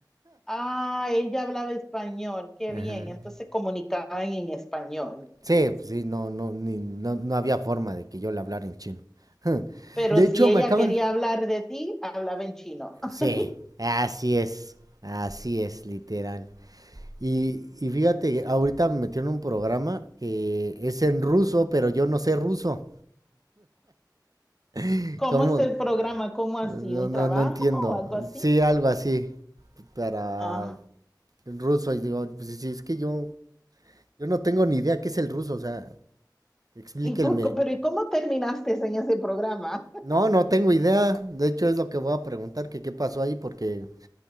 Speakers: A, in the centre; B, on the right.
A: ah, ella hablaba español, qué
B: Ajá.
A: bien, entonces comunicaban en español.
B: Sí, pues sí, no, no, ni- no, no había forma de que yo le hablara en chino. <laughs>
A: Pero
B: De hecho,
A: si ella
B: me acaban...
A: quería hablar de ti, hablaba en chino. <laughs>
B: Sí, así es, así es, literal. Y, y fíjate, ahorita me metieron un programa que es en ruso, pero yo no sé ruso. <laughs>
A: ¿Cómo
B: ¿Cómo,
A: es el programa? ¿Cómo así?
B: No,
A: ¿Un
B: no,
A: trabajo
B: no entiendo.
A: o algo así?
B: Sí, algo así para
A: Ah,
B: el ruso. Y digo, pues sí, es que yo, yo no tengo ni idea qué es el ruso, o sea, explíquenme.
A: ¿y por qué- pero ¿y cómo terminaste en ese programa? <laughs>
B: No, no tengo idea. De hecho, es lo que voy a preguntar, que qué pasó ahí, porque